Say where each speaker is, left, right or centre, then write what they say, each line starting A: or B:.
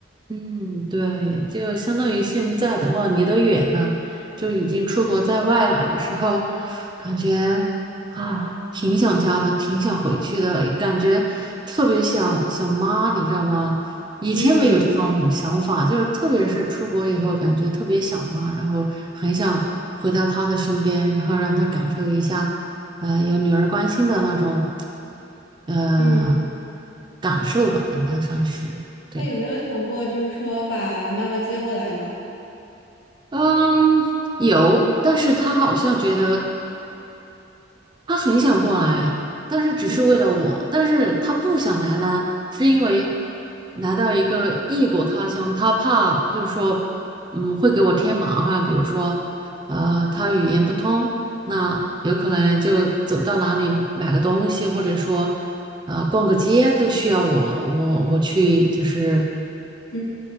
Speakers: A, on the right; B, on the left.
A: 嗯，对，就相当于现在的话，离得远呢，就已经出国在外了。有时候感觉啊，挺想家的，挺想回去的，感觉特别想想妈，你知道吗？以前没有这嗯种想法，
B: 嗯
A: 就是特别是出国以后，感觉特别想妈，然后很想回到她的身边，然后让她感受一下，呃，有女儿关心的那种。呃
B: 嗯，
A: 感受吧，应该算是对。
B: 那有没有想过就是说把妈妈接过来呢？
A: 嗯，有，但是他好像觉得他很想过来，但是只是为了我，
B: 嗯
A: 但是他不想来呢，是因为来到一个异国他乡，他怕就是说，嗯，会给我添麻烦，比如说，呃，他语言不通，那有可能就走到哪里买个东西，或者说。啊呃逛个街都需要我我我去，就是
B: 嗯